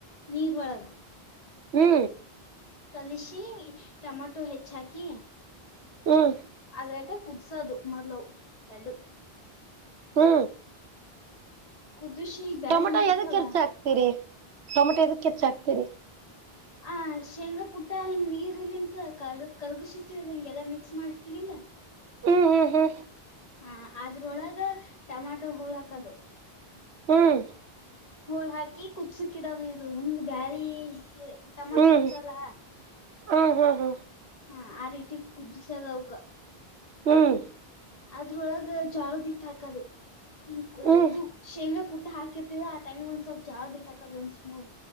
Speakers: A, on the left; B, on the right.
A: ನೀರ್ ಒಳಗ
B: ಹ್ಮ
A: ಕಲಿಷಿ ಟಮಾಟೊ ಹೆಚ್ಚಾಕಿ
B: ಹ್ಮ್
A: ಅದ್ರಾಗ ಕುದಿಸೋದು ಮೊದ್ಲು ಎರಡು
B: ಹ್ಮ
A: ಕುದಿಸಿ ಬ್ಯಾಳೆ
B: ಟೊಮೊಟೊ
A: ಹಂಗ್ ಕುತ್ತಲ್ಲ
B: ಎದಕ್ ಹೆಚ್ಚ ಹಾಕ್ತಿರಿ ಟೊಮೊಟೊ ಎದಕ್ ಹೆಚ್ಚ ಹಾಕ್ತಿರಿ
A: ಆ ಶೇಂಗಾ ಕುಟ್ಟ ಹಿಂಗ್ ನೀರ್ ಇಲ್ಲಿ ಅಂತ ಕರ್ ಕಲ್ಗಸತಿವಲ್ಲ ಹಿಂಗೆಲ್ಲಾ ಮಿಕ್ಸ್ ಮಾಡಿರ್ತಿವಿಲ್ಲಾ <inaudible>
B: ಹ್ಮ್ ಹ್ಮ್
A: ಹ ಅದ್ರೊಳಗ ಟಮಾಟೊ ಹೋಳ ಹಾಕದು
B: ಹ್ಮ್
A: ಹೋಳ ಹಾಕಿ ಕುದಿಸಿಇಡೋದ ಇದು ಹೆಂಗ ಬ್ಯಾಳಿ ಹ ಟಮಾಟೋ
B: ಹ್ಮ್
A: ಕುದಿಸಲ್ಲ
B: ಹ್ಮ್ ಹ್ಮ್ ಹ್ಮ್ ಹ್ಮ್
A: ಹಾ ಆ ರೀತಿ ಕುುದ್ರಿಸದುವುಕ
B: ಹ್ಮ್
A: ಅದ್ರೊಳಗ ಜಾಳದಿಟ್ಟ ಹಾಕದು ಹ
B: ಹ್ಮ್
A: ಇದು ಶೇಂಗ್ಲಾ ಕು ಕುಟ್ಟು ಹಾಕಿರ್ತಿವಲ್ಲ ಆ ಟೈಮಿಗೆ ಒಂದು ಸ್ವಲ್ಪ ಜೋಳದ ಹಿಟ್ಟುಹಾಕೋದು ಒಂದು ಸ್ಪೂನ್